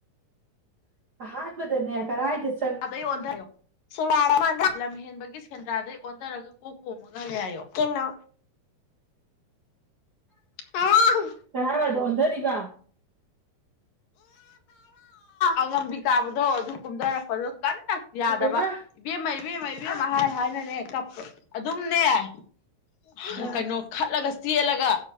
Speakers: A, on the right (about 50°); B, on the left (about 80°).
A: <inaudible> ꯑꯍꯥꯟꯕꯗꯅꯦ ꯀꯔꯥꯏꯗ ꯆꯪ
B: ꯑꯥꯗ ꯌꯣꯟꯗꯥꯏ <unintelligible> <unintelligible> ꯂꯝꯍꯦꯟꯕꯒꯤ ꯁꯦꯟꯗ꯭ꯔꯥꯗꯩ ꯑꯣꯟꯗꯔꯒ ꯀꯣꯛ ꯄꯣꯝꯃꯒ ꯍꯜꯂꯛꯑꯦ ꯍꯥꯏꯌꯣ ꯀꯩꯅꯣ ꯍꯔꯥꯎ
A: ꯀꯔꯥꯏ ꯋꯥꯏꯗ ꯑꯣꯟꯗꯔꯤꯕ
B: ꯑꯉꯝꯕꯤ ꯀꯥꯕꯗꯣ ꯑꯗꯨ ꯀꯨꯝꯗꯔꯛꯄꯨꯗ ꯀꯟꯅ ꯌꯥꯗꯕ
A: ꯑꯣꯏꯃ
B: ꯏꯕꯦꯝꯃ ꯏꯕꯦꯝꯃ ꯏꯕꯦꯝꯃ ꯍꯥꯏ ꯍꯥꯏꯅꯅꯦ ꯀꯞꯄ ꯑꯗꯨꯝꯅꯦ <unintelligible>
A: ꯑ
B: ꯀꯩꯅꯣ ꯈꯠꯂꯒ ꯆꯦꯜꯂꯒ